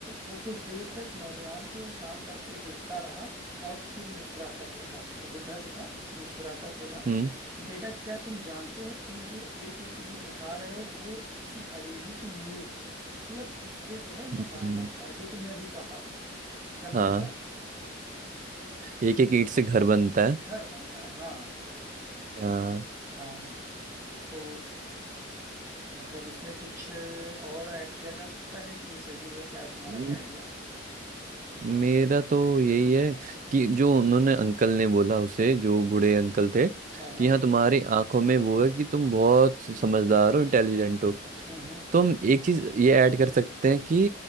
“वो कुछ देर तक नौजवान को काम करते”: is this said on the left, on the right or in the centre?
Right